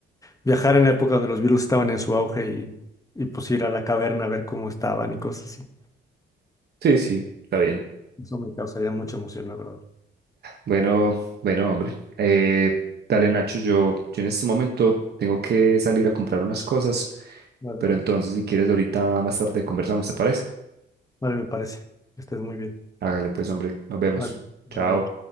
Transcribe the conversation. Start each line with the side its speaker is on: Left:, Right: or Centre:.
Left: viajar en la época donde los virus estaban en su auge y, y pues ir a la caverna a ver cómo estaban y cosas así.
Right: Sí, sí, está bien.
Left: Eso me causaría mucha emoción, la verdad.
Right: Bueno, bueno, hombre. Eh, dale, Nacho, yo, yo en este momento tengo que salir a comprar unas cosas,
Left: Vale,
Right: pero
Left: vale.
Right: entonces si quieres ahorita más tarde conversamos, ¿te parece?
Left: Vale, me parece. Que estés muy bien.
Right: Hágale pues, hombre, nos vemos.
Left: Vale, bye
Right: Chao.
Left: bye.